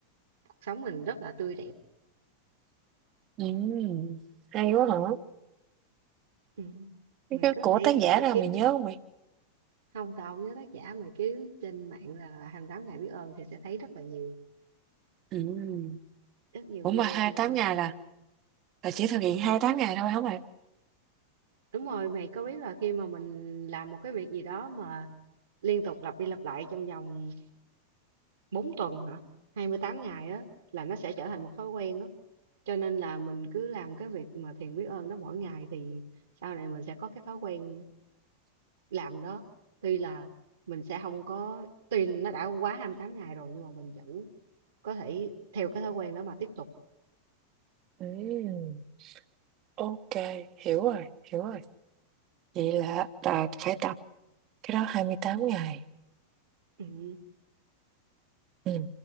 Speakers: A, on the right; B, on the right.
A: cuộc sống mình rất là tươi đẹp
B: ừ hay quá hả?
A: ừ.
B: Cái
A: mình
B: cái
A: có
B: của
A: thể
B: tác
A: thử
B: giả nào
A: kiếm
B: mày nhớ
A: cái
B: không mày?
A: không tao không nhớ tác giả mà kiếm trên mạng là 28 ngày biết ơn thì sẽ thấy rất là nhiều
B: Ừm,
A: rất nhiều
B: ủa
A: video
B: mà hai
A: liên
B: tám
A: quan
B: ngày là là chỉ thực hiện hai tám ngày thôi hả mày?
A: đúng rồi mày có biết là khi mà mình làm một cái việc gì đó mà liên tục lặp đi lặp lại trong vòng 4 tuần hả? hai mươi tám ngày á là nó sẽ trở thành một thói quen á. Cho nên là mình cứ làm cái việc mà thiền biết ơn đó mỗi ngày thì sau này mình sẽ có cái thói quen làm đó. Tuy là mình sẽ không có tuy nó đã quá 28 ngày rồi nhưng mà mình vẫn có thể theo cái thói quen đó mà tiếp tục.
B: ừ ok hiểu rồi, hiểu rồi. Vậy là ta phải tập cái đó 28 ngày.
A: Ừ.
B: ừ